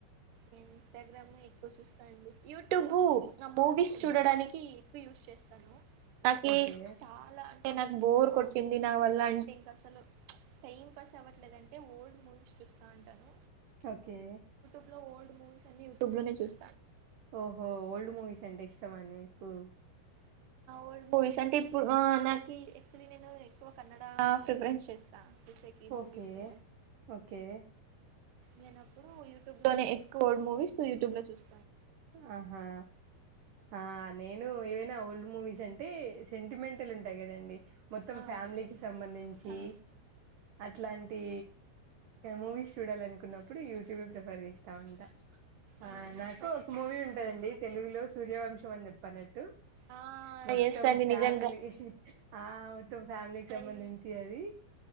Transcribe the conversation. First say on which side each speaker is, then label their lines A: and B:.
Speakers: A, on the right; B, on the right.
A: నేను ఇన్స్టాగ్రామే ఎక్కువ చూస్తాండి యూట్యూబు ఆ మూవీస్
B: హ్మ్.
A: చూడడానికి ఎక్కువ యూజ్ చేస్ హలో నాకీ
B: ఓకే
A: చాలా అంటే నాకు బోర్ కొట్ ట్టింది నా వల్ల అంటే ఇంకా అసలు టైం పాస్ అవ్వట్లేదుంటే ఓల్డ్ మూవీస్ చూస్తా ఉంటాను
B: ఓకే
A: న్న ఓల్డ్ మూవీస్ అన్ని యూట్యూబ్ లోనే చూస్
B: ఓహో ఓల్డ్ మూవీస్ అంటే ఇష్ ష్టమా అండి మీకు
A: ఓల్డ్ మూవీస్ అంటే ఇప్పుడు నాకీ ఏక్చుల్లీ నేను ఎక్కువ కన్నడ ప్రిఫరెన్స్ చేస్ స్తా చూసేకి
B: ఓకే
A: మూవీస్సు
B: ఓకే
A: నేనప్పుడు యూట్యూబ్ లోనే ఎక్కువే మూవీస్ యూట్యూబ్ లో చూస్
B: ఆహా ఆ నేను ఏవైనా ఓల్డ్ మూవీస్ అంటే సెంటిమెంటల్ ఉంటాయి కదండి మొత్తం
A: అవునవును
B: ఫ్యామిలీకిి సంబంధించి
A: ఆ,
B: అట్లాంటి మూవీస్ చూడాలనుకున్నప్పుడు యూట్యూబే ప్రిఫర్ చేస్తా ఉంటా ఆ
A: అవునా
B: నాకు
A: మళ్ళీ
B: ఉంటాదండి తెలుగులో సూర్యవంశం అని చెప్పనట్టు
A: ఆ
B: మొత్తం
A: ఎస్ అండి
B: ఫ్యామిలీ
A: నిజంగా
B: ఆ మొత్తం ఫ్యామిలీకి సంబందించి
A: అయి
B: అది